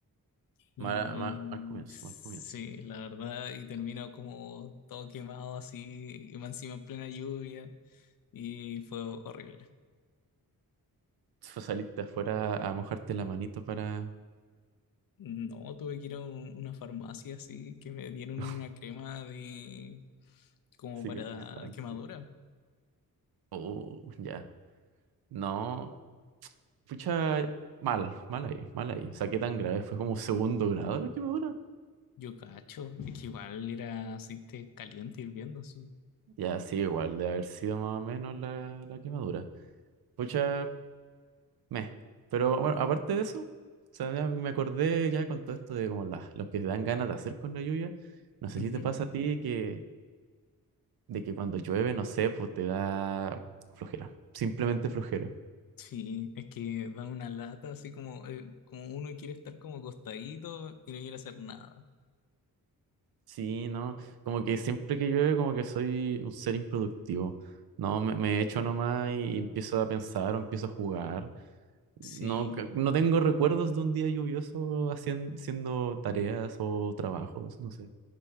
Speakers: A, on the left; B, on the right.
A: Y
B: Mal, mal- mal comienzo,
A: sí,
B: mal comienzo.
A: la verdad, y termino como todo quemado así, y más encima en plena lluvia, y fue horrible.
B: Fue salirte afuera a mojarte la manito para
A: No, tuve que ir a un- una farmacia así, que me dieron
B: <laughs>
A: una crema de como
B: cicatrizante.
A: para quemadura.
B: Oh, ya. No, pucha, mal, mal ahí, mal ahí. O sea, qué tan grave. Fue como segundo grado la quemadura.
A: Yo cacho, es que igual era aceite caliente hirviendo, sí.
B: Ya, sí, igual, de haber sido más o menos la, la quemadura. Pucha, meh. Pero bueno, aparte de eso, o sea, ya me acordé ya con todo esto de como las, los que dan ganas de hacer con la lluvia. No sé
A: Ujú.
B: si te pasa a ti que, de que cuando llueve, no sé, pues te da flojera. Simplemente flojera.
A: Sí, es que dan una lata así como, eh, como uno quiere estar como acostadito y no quiere hacer nada.
B: Sí, no, como que siempre que llueve, como que soy un ser improductivo. No, me, me echo nomás y empiezo a pensar o empiezo a jugar No,
A: Sí,
B: c- no tengo recuerdos de un día lluvioso haciendo, haciendo tareas o trabajos, no sé.